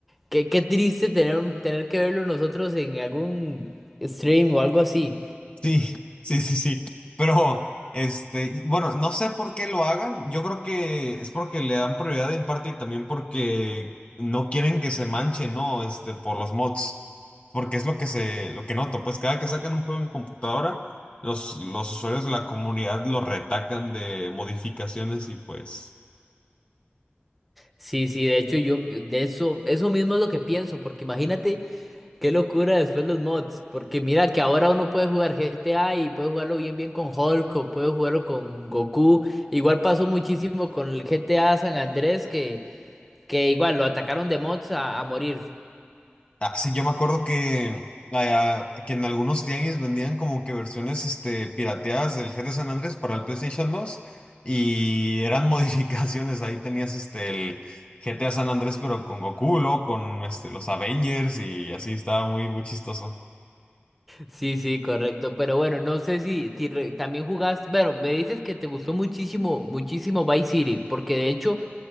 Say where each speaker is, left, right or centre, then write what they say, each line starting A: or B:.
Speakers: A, in the centre; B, on the left.
A: Qué, qué triste tener, tener que verlo nosotros en algún stream o algo así.
B: Sí, <laughs> sí, sí, sí. Pero, este, y bueno, no sé por qué lo hagan. Yo creo que es porque le dan prioridad en parte y también porque no quieren que se manche, ¿no? Este, por los mods. Porque es lo que se, lo que noto. Pues cada que sacan un juego en computadora, los, los usuarios de la comunidad lo retacan de modificaciones y pues.
A: Sí, sí, de hecho yo de eso, eso mismo es lo que pienso, porque imagínate qué locura después los mods, porque mira que ahora uno puede jugar GTA y puede jugarlo bien bien con Hulk o puede jugarlo con Goku. Igual pasó muchísimo con el GTA San Andrés que, que igual lo atacaron de mods a, a morir.
B: Ah, sí, yo me acuerdo que, ah, que en algunos tianguis vendían como que versiones este, pirateadas del GTA San Andrés para el PlayStation dos y eran <laughs> modificaciones. Ahí tenías este, el GTA San Andrés, pero con Goku, luego con este, los Avengers y así estaba muy, muy chistoso.
A: Sí, sí, correcto. Pero bueno, no sé si, si re- también jugaste. Bueno, me dices que te gustó muchísimo, muchísimo Vice City, porque de hecho